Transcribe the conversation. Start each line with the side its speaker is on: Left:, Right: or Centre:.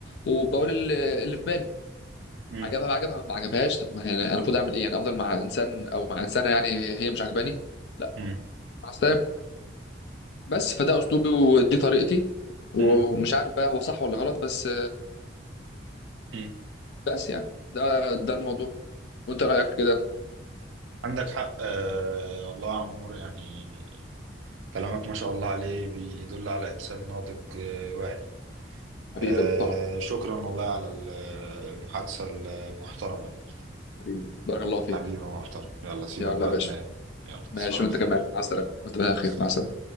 Left: وبقول اللي اللي في بالي
Right: مم.
Left: عجبها بقى عجبها ما عجبهاش طب ما يعني انا المفروض اعمل ايه يعني افضل مع انسان او مع انسانه يعني هي مش عجباني لا
Right: مم.
Left: مع السلامه بس فده اسلوبي ودي طريقتي ومش
Right: مم.
Left: عارف بقى هو صح ولا غلط بس
Right: مم.
Left: بس يعني ده ده الموضوع وانت رايك كده
Right: عندك حق آه والله يا عمور يعني كلامك ما شاء الله عليه بيدل على انسان ناضج آه واعي
Left: حبيبي
Right: آه
Left: يا محترم
Right: شكرا والله على ال- المحادثه المحترمه دي
Left: حبيبي بارك الله فيك
Right: حبيبي محترم يلا سيبك
Left: يلا
Right: بقى
Left: يا باشا
Right: تنام يلا تصبح
Left: ماشي
Right: على
Left: وانت
Right: خير
Left: كمان مع السلامه وانت بخير
Right: مع السلامة
Left: مع السلامه